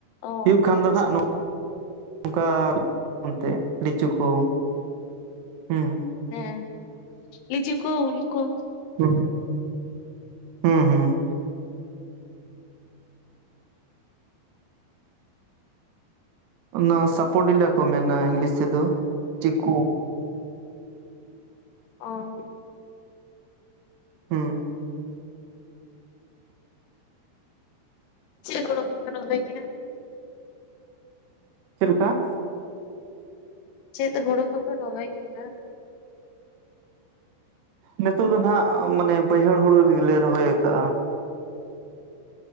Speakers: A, on the left (about 85°); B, on the right (about 85°).
A: ᱚ
B: ᱦᱩᱭᱩᱜ ᱠᱷᱟᱱ
A: ᱟᱪᱪᱷᱟ
B: ᱫᱚ ᱱᱷᱟᱜ <inaudible> ᱱᱚᱝᱠᱟ <inaudible> ᱚᱱᱛᱮ ᱞᱤᱪᱩ ᱠᱚ ᱦᱩᱸᱻ,
A: ᱦᱩᱸ ᱞᱤᱡᱩ ᱠᱚ ᱩᱞ ᱠᱚᱼᱼ
B: ᱦᱩᱸ ᱦᱩᱸᱦᱩᱸ ᱚᱱᱟ ᱥᱟᱯᱳ ᱵᱤᱞᱟ ᱠᱚ ᱢᱮᱱᱟ ᱤᱝᱞᱤᱥ ᱛᱮᱫ ᱪᱤᱠᱩ
A: ᱚᱝ
B: ᱦᱩᱸᱻ
A: ᱪᱮᱫ ᱜᱟᱲᱚᱢ ᱦᱩᱭᱩᱜ ᱠᱟᱱᱟ ᱞᱟ. ᱭ ᱠᱮᱜᱼᱟ
B: ᱪᱮᱫ ᱞᱮᱠᱟ?
A: ᱪᱮᱫ ᱦᱩᱲᱩ ᱠᱚᱯᱮ ᱨᱚᱦᱚᱭ ᱠᱮᱜ-ᱟ?
B: ᱱᱤᱛᱚᱜ ᱫᱚ ᱱᱷᱟᱜ ᱢᱟᱱᱮ ᱵᱟᱹᱭᱦᱟᱹᱲ ᱦᱩᱲᱩ ᱨᱮᱜᱮᱞᱮ ᱨᱚᱦᱚᱭ ᱟᱠᱟᱜᱼᱟ᱾